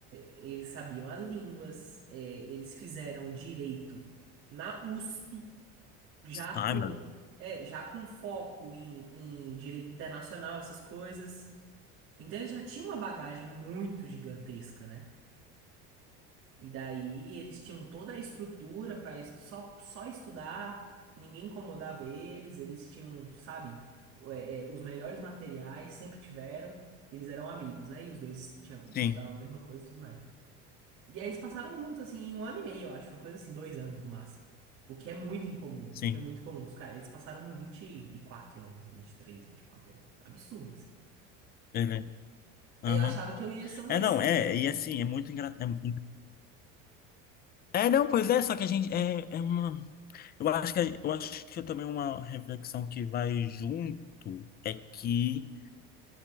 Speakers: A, on the right (about 55°); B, on the left (about 35°).
A: é, eles sabiam as línguas, é, eles fizeram direito na USP. já
B: Ai,
A: com
B: mano.
A: é, já com foco em, em direito internacional, essas coisas. Então eles já tinham uma bagagem muito gigantesca, né? E daí eles tinham toda a estrutura para só, só estudar, ninguém incomodava eles, eles tinham, sabe, é, é, os melhores materiais, sempre tiveram, eles eram amigos, né? E os dois tinham,
B: Sim,
A: estudavam a mesma coisa e tudo mais. E aí eles passaram juntos, assim, um ano e meio, eu acho. Uma coisa assim, dois anos no máximo. O que é muito incomum.
B: sim.
A: O que é muito comum. Os caras, eles passaram com 24 anos, vinte vinte e três vinte e quatro anos. Absurdo, assim.
B: Beleza. Aham.
A: Aí eu achava que eu ia ser um
B: É,
A: desses,
B: não,
A: entendeu?
B: é, e assim, é muito engraçado. É, é, não, pois é, só que a gente. É, é uma. Eu acho que, eu acho que também uma reflexão que vai junto é que